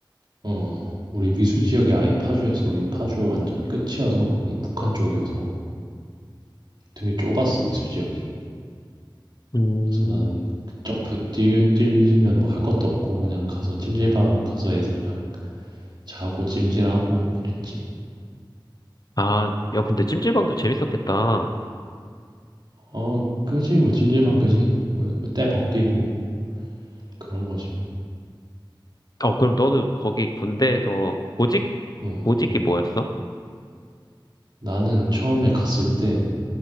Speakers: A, on the right (about 60°); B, on the left (about 50°).
A: 어, 우리 미수 지역이 아예 파주였어. 우린 파주 완전 끝이어서 이 북한 쪽이어서 되게 좁았어 미수 지역이.
B: 음,
A: 그래서 나는 그 점프 뛰, 뛰면 뭐 할 것도 없고 그냥 가서 찜질방 가서 애들이랑 자고 찜질하고 이랬지.
B: 아, 야, 근데 찜질방도 재밌었겠다.
A: 어, 그지 뭐 찜질방 그지 뭐 뭐 때 벗기고 그런 거지 뭐.
B: 어, 그럼 너는 거기 군대에서 보직,
A: 어,
B: 보직이 뭐였어?
A: 나는 처음에 갔을 때